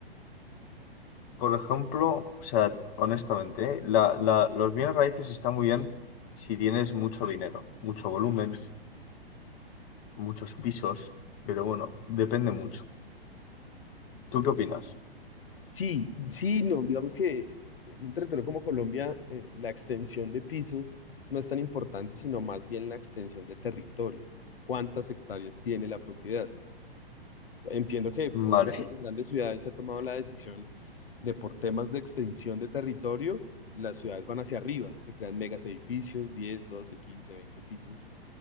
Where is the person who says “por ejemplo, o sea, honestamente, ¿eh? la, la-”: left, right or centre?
Left